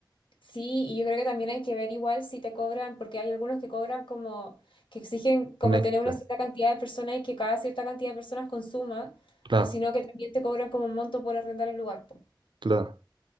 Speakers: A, on the left; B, on the right.
A: Sí, y yo creo que también hay que ver igual si te cobran, porque hay algunos que cobran como, que exigen como
B: Un extra.
A: tener una cierta cantidad de personas y que cada cierta cantidad de personas consuma,
B: Claro,
A: o si no que también te cobran como un monto por arrendar el lugar, po.
B: claro.